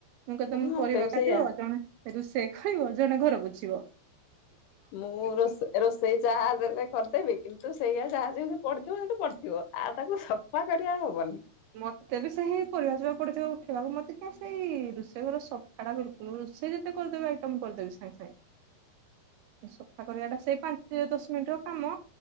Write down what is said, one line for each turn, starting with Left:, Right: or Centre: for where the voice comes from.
Right: ମୁୁ କ ତମ
Left: ହଁ ମତେ
Right: ପରିବା
Left: ବି
Right: କାଟିବ
Left: ସେଇଆ।
Right: ଜଣେ ରୁଷେକ ଖଳିବ ଜଣେ ଘରକୁ ଯିବ।
Left: ମୁଁ ରୋଷେଇ ଯାହା ଦେଲେ ଖଦେବି କିନ୍ତୁ ସେଇଆା ଯାହା ଯେମିତି ପଢିଥିବ ସେଇି ପଢ଼ଥିବ ଆଉ ତାକୁ ସଫା କରିବା ହବନି।
Right: ମତେ ବି ସେଇ ପରିବା ଯିବା ପଡିଥିବା ଉଠେଇିବାକୁ ମତେ ସେଇ ରୋଷେଇ ଘର ସଫା ଟା ବିଲକୁଲ ରୋଷେଇ ଯେତେ କରିଦେବ ଆଇଟମ କରିଦେବି ସାଙ୍ଗେ ସାଙ୍ଗେ ସଫା କରିବାଟା ସେଇ ପାଞ୍ଚ ଦଶ ମିନିଟ ର କାମ